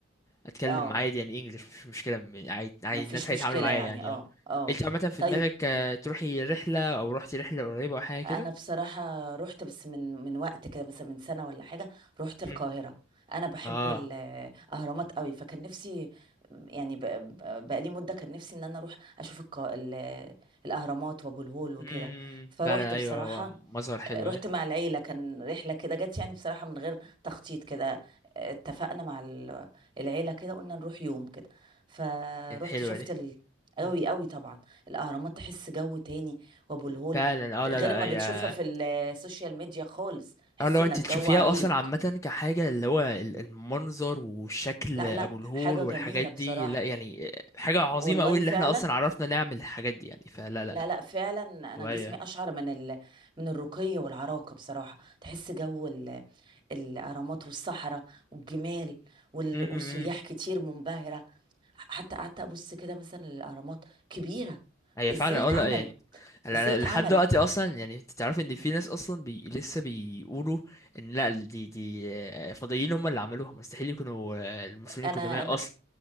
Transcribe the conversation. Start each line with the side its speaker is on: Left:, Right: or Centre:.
Left: اتكلم
Right: اه
Left: عادي يعني انجلش مش مشكله م- عادي عادي
Right: ما فيش
Left: الناس
Right: مشكلة
Left: هيتعاملوا معايا
Right: يعني
Left: يعني
Right: اه
Left: اه
Right: اه
Left: انت عامه في
Right: طيب
Left: دماغك آه، تروحي رحله او رحتي رحله قريبه او حاجه
Right: انا
Left: كده
Right: بصراحة رحت بس من من وقت كده مثلا من سنة ولا حاجة رحت القاهرة
Left: مم.
Right: انا بحب
Left: اه
Right: الاهرامات قوي فكان نفسي يعني ب- ب- بقالي مدة كان نفسي ان انا اروح اشوف القا... ال- الاهرامات وابو الهول وكده
Left: امم
Right: فروحت
Left: فعلا
Right: بصراحة
Left: ايوه هو مظهر حلو
Right: رحت
Left: ايه
Right: مع العيلة كان رحلة كده جت يعني بصراحة من غير تخطيط كده اتفقنا مع ال- العيلة كده قلنا نروح يوم كده فروحت
Left: كانت حلوه
Right: شفت
Left: دي
Right: ال... قوي
Left: مم.
Right: قوي طبعا الأهرامات تحس جو تاني وأبو الهول
Left: فعلا
Right: غير
Left: اه لا لا
Right: ما بتشوفها
Left: يا
Right: في السوشيال ميديا خالص حس
Left: اه لو
Right: إن
Left: انت
Right: الجو
Left: تشوفيها
Right: عريق
Left: اصلا عامه كحاجه اللي هو ال- المنظر والشكل
Right: لا
Left: ابو
Right: لا
Left: الهول
Right: حاجة
Left: والحاجات
Right: جميلة بصراحة
Left: دي لا يعني آه، حاجه عظيمه
Right: والله
Left: قوي اللي
Right: فعلا
Left: احنا اصلا عرفنا نعمل الحاجات دي يعني فلا لا
Right: لا لا فعلا انا
Left: طبيعي
Right: جسمي اشعر من ال... من الرقي والعراقه بصراحه تحس جو ال... الاهرامات والصحراء والجمال وال...
Left: يعني
Right: والسياح كتير منبهره حتى قعدت ابص كده مثلا للاهرامات كبيره
Left: هي
Right: ازاي
Left: فعلا اه
Right: اتعملت
Left: لا يعني انا
Right: ازاي
Left: أنا
Right: اتعملت
Left: لحد دلوقتي اصلا يعني انت تعرف ان في ناس اصلا بي... لسه بيقولوا ان لا دي دي آه، فضائيين هم اللي عملوها مستحيل يكونوا آه، المسلمين
Right: انا
Left: القدماء
Right: انا
Left: اصلا